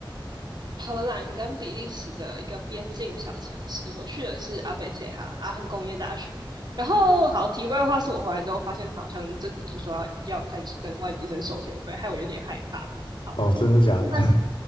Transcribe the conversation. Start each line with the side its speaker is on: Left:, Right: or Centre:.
Right: 荷兰跟比利时的一个边境小城市，我去的是阿贝切哈阿亨工业大学。然后，好，题外话是我回来之后发现，他好像这几天说要要开始跟外籍生收学费，害我有点害怕。好，
Left: 哦，真的假的？
Right: 但是